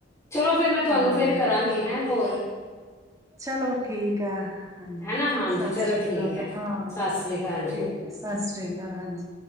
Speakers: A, on the left; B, on the right.
A: ਚਲੋ ਫਿਰ ਮੈਂ ਤੁਹਾਨੂੰ
B: ਹਮ,
A: ਫਿਰ ਕਰਾਂਗੀ ਹੈਂ ਕੋਲ
B: ਚਲੋ ਠੀਕ ਹੈ। ਹਾਂਜੀ,
A: ਹੈਨਾ ਹਾਂਜੀ
B: ਸਤਿ
A: ਚਲੋ
B: ਸ੍ਰੀ
A: ਠੀਕ
B: ਅਕਾਲ।
A: ਹੈ।
B: ਹਾਂ,
A: ਸਤਿ ਸ੍ਰੀ ਅਕਾਲ ਜੀ।
B: ਠੀਕ ਹੈ, ਸਤਿ ਸ੍ਰੀ ਅਕਾਲ। ਹਾਂਜੀ।